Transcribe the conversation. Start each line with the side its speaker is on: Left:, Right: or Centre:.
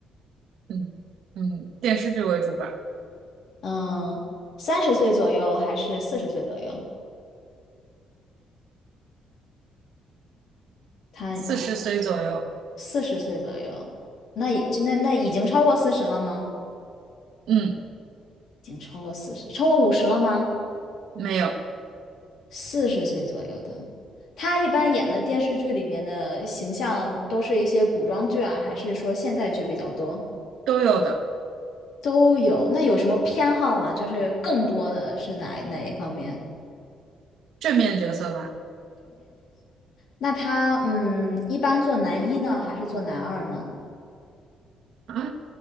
Right: 嗯嗯，电视剧为主吧，
Left: 嗯，三十岁左右还是四十岁左右？他他
Right: 四十岁左右，
Left: 四十岁左右，那已那那已经超过四十了吗？
Right: 嗯，
Left: 已经超过四十，超过五十了吗？
Right: 没有，
Left: 四十岁左右的，他一般演的电视剧里面的形象都是一些古装剧啊，还是说现代剧比较多？
Right: 都有的，
Left: 都有。那有什么偏好吗？就是更多的是哪哪一方面？
Right: 正面角色吧，
Left: 那他嗯，一般做男一呢，还是做男二呢？
Right: 啊，